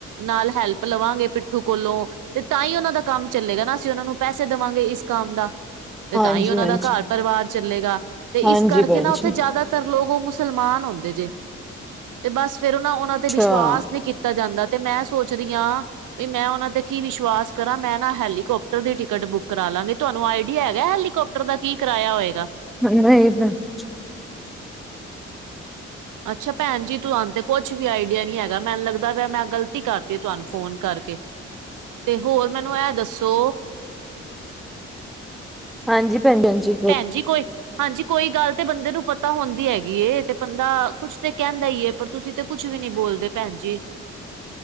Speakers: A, on the right; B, in the centre.
A: ਨਾਲ ਹੈਲਪ ਲਵਾਂਗੇ ਪਿੱਠੂ ਕੋਲੋਂ ਤੇ ਤਾਂ ਹੀ ਉਹਨਾਂ ਦਾ ਕੰਮ ਚੱਲੇਗਾ ਨਾ ਅਸੀਂ ਉਹਨਾਂ ਨੂੰ ਪੈਸੇ ਦੇਵਾਂਗੇ ਇਸ ਕੰਮ ਦਾ ਤੇ
B: ਹਾਂਜੀ
A: ਤਾਂ ਹੀ ਉਹਨਾਂ
B: ਹਾਂਜੀ,
A: ਦਾ ਘਰ ਪਰਿਵਾਰ ਚੱਲੇਗਾ ਤੇ
B: ਹਾਂਜੀ
A: ਇਸ ਕਰਕੇ
B: ਭੈਣ
A: ਨਾ ਉੱਥੇ
B: ਜੀ
A: ਜ਼ਿਆਦਾ ਤਰ ਲੋਕ ਉਹ ਮੁਸਲਮਾਨ ਹੁੰਦੇ ਜੇ ਤੇ ਬਸ ਫੇਿਰ ਉਹਨਾਂ ਉਨ੍ਹਾਂਨਾਂ
B: ਅੱਛਾ
A: ਤੇ ਵਿਸ਼ਵਾਸ ਨੇ ਦਿੱਤਾ ਜਾਂਦਾ ਤੇ ਮੈਂ ਸੋਚ ਰਹੀ ਹਾਂ ਵੀ ਮੈਂ ਉਹਨਾਂ ਤੇ ਕੀ ਵਿਸ਼ਵਾਸ ਕਰਾਂ ਮੈਂ ਹੈਲੀਕੋਪਟਰ ਦੀ ਟਿਕਟ ਬੁੱਕ ਕਰਾ ਲਾਂਗੇ ਤੁਹਾਨੂੰ ਆਈਡੀਆ ਹੈਗਾ ਹੈਲੀਕੋਪਟਰ ਦਾ ਕੀ ਕਿ ਕਰਇਆ ਹੋਏਗਾ
B: ਨਹੀਂ ਭੈਣ ਜੀ
A: ਅੱਛਾ ਭੈਣ ਜੀ ਤੁਹਾਨੂੰ ਤੇ ਕੁਛ ਵੀ ਆਈਡੀਆ ਨੀ ਹੈਗਾ ਮੈਨੂੰ ਲੱਗਦਾ ਪ ਮੈਂ ਗ਼ਲਤੀ ਕਰਤੀ ਤੁਹਾਨੂੰ ਫੋਨ ਕਰਕੇ ਤੇ ਹੋਰ ਮੈਨੂੰ ਇਹ ਦੱਸੋ
B: ਹਾਂਜੀ, ਭੈਣ ਜੀ ਹਾਂਜੀ।
A: ਭੈਣ ਜੀ ਕੋਈ ਹਾਂਜੀ ਕੋਈ ਗੱਲ ਤੇ ਬੰਦੇ ਨੂੰ ਪਤਾ ਹੁੰਦੀ ਹੈਗੀ ਏ, ਤੇ ਬੰਦਾ ਕੁਛ ਤੇ ਕਹਿੰਦਾ ਹੀ ਏ, ਪਰ ਤੁਸੀਂ ਤੇ ਕੁੱਛ ਵੀ ਨੀ ਬੋਲਦੇ ਭੈਣ ਜੀ